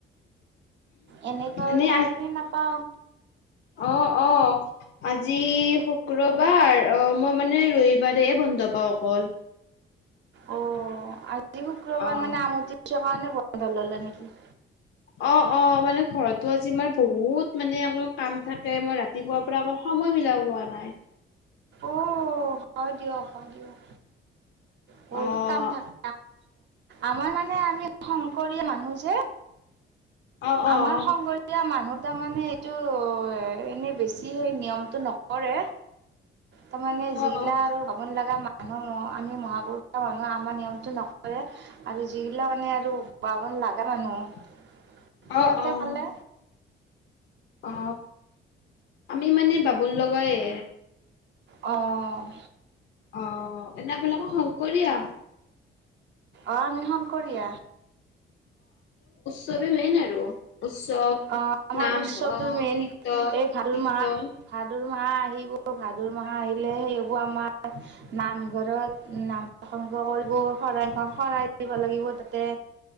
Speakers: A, on the right; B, on the left.
A: এনেক
B: মানে
A: টাইমে
B: আজি
A: নাপাওঁ
B: অ অ আজি শুক্ৰবাৰ অ মই মানে ৰবিবাৰে দেই হ পাৱ কল
A: অ' আজি শুক্ৰবাৰ
B: অ'।
A: মানে আম দৃশ্য কাৰণে বন্ধ ললে নেকি
B: অ অ মানে ঘৰতো আজি বহুত মানে আকৌ কাম থাকে মই ৰাতিপুৱাৰ পৰা আকৌ সময় মিলাব পোৱা নাই
A: অ হয় দিয়ক হয় দিয়ক বহত
B: অ',
A: কাম থাকে। আমাৰ মানে আমি শংকৰীয়া মানুহ যে
B: অ', অ'।
A: আমাৰ সংঘৰীয়া মানুহ। তাৰমানে এইটো এনেই বেছি সেই নিয়মটো নকৰে। তাৰমানে
B: অ',
A: যিগিলা
B: অ',
A: আৰু ভাবন লগা মানুহ মহ আমি মহাপুৰুষ। মানুহে আমাৰ নিয়মটো নকৰে আৰু যিগিলা মানে আৰু বন লগা মানুহ
B: <inaudible>
A: সিহঁতে
B: অ',
A: পালে
B: অ আমি মানে বাবুল লগাইে
A: অঁ
B: অ এনেবিলাকো শংকৰীয়া
A: অঁ শংকৰিয়া।
B: চবে মেইন আৰু উৎসৱ,
A: অ আমাৰ
B: নাম
A: উৎসৱতো
B: অ'
A: মেইন
B: কীৰ্তন,
A: এই ভাদ
B: কীৰ্তন
A: মাহ ভাদ্ৰ মাহ আহিব ভাদৰ মাহা আহিলে সেইববোৰ আমাৰ নামঘৰত নাম প্ৰসংগ কৰিব শৰাই দিব লাগিব তাতে।